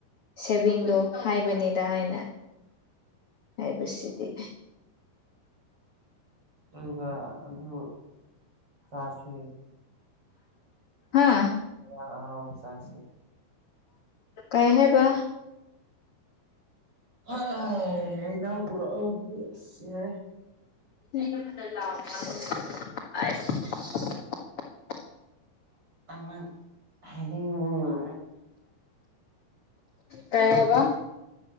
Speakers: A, on the left (about 50°); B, on the right (about 25°).
A: ꯁꯦꯚꯤꯡꯗꯣ ꯍꯥꯏꯕꯅꯤꯗ ꯑꯩꯅ ꯍꯥꯏꯕꯁꯤꯗꯤ
B: ꯑꯗꯨꯒ ꯑꯗꯨ ꯆꯥꯁꯦ
A: ꯍꯥ
B: ꯏꯟꯖꯥꯡ ꯑꯍꯥꯎꯕ ꯆꯥꯁꯦ
A: ꯀꯩ ꯍꯥꯏꯕ
B: ꯍꯩ ꯍꯩꯅꯧ ꯄꯨꯔꯛꯑꯣ ꯑꯗꯨꯗꯤ ꯌꯥꯏ
A: <unintelligible>
B: ꯑꯥ ꯅ ꯪ <unintelligible>
A: ꯀꯩ ꯍꯥꯏꯕ